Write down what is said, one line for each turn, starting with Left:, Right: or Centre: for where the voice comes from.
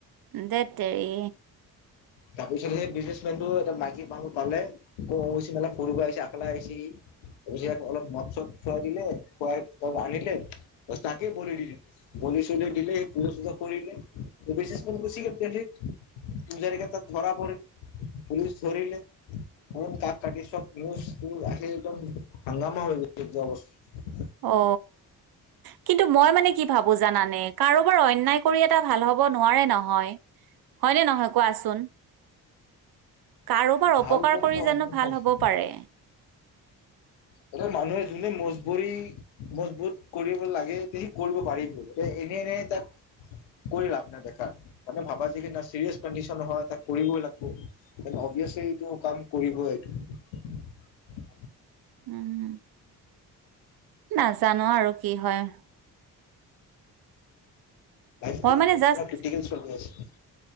Right: এ দেেেতৰিি
Left: তাৰপিছত সেই বিজনেচমেন টো এটা মাইকী মানুহ পালেি মেলা সৰু আহিছে একলা আহিছেি তাক অলপ মাত চত খুৱাই দিলে খুৱাই তব আনিলে ব তাকে বুলি দিলে বুলি চলে দিলে পুজ চুজ কৰিিলে ত বিছছ প কুছিক কেি পুজাৰগে ত ধৰা পিল পুলি ধৰিলে কাক কাটি সবচ ত আহি একদম হাগামৰ হৈ গৈ যোৱা বস্তু
Right: অ কিন্তু মই মানে কি ভাবো জানানে কাৰোবাৰ অন্যায় কৰি এটা ভাল হ'ব নোৱাৰে নহয় হয়নে নহয় কোৱা আছ শন কাৰোবাৰ
Left: ভাল
Right: অপকাৰ কৰি
Left: এতিয়া
Right: জানো ভাল হব পাৰে
Left: এতিয়া মানুহে যোনে মজবুৰি মজবুত কৰিব লাগে তে কৰিব পাৰিব এ এনে এনে তাক কৰি লাভ নাই বেখ মানে ভাবা যে কি চিৰিয়াচ কণ্ডিচন হয় তাক কৰিবই লাগিব অভিয়াচলি এইটো কাম কৰিবই এইটো
Right: উম নাজানো আৰু কি হয় উ
Left: ল্ৰটিক
Right: মই মানে জাষ্ট
Left: চল আছে